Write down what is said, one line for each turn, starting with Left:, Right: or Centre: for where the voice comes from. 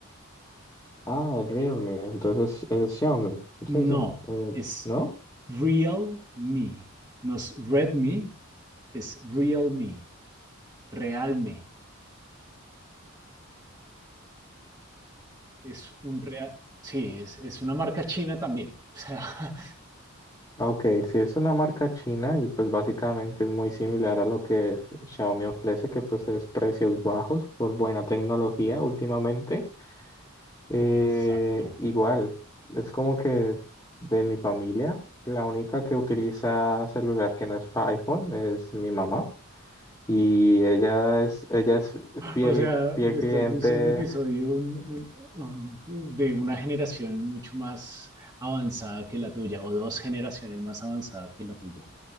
Left: Ah, el Realme, entonces es Xiaomi. Sí, sí.
Right: No,
Left: eh,
Right: es
Left: ¿no?
Right: Realme. No es Redmi, es Realme. Realme. Es un real. Sí, es, es una marca china también. <laughs> O sea,
Left: Ok, sí es una marca china y pues básicamente es muy similar a lo que Xiaomi ofrece, que pues es precios bajos por buena tecnología últimamente. Eh,
Right: exacto.
Left: igual, es como que de mi familia, la única que utiliza celular que no es iPhone es mi mamá y ella es, ella es fiel,
Right: O o sea,
Left: fiel
Right: me
Left: cliente
Right: estás diciendo que soy un, un- de una generación mucho más avanzada que la tuya, o dos generaciones más avanzada que la tuya.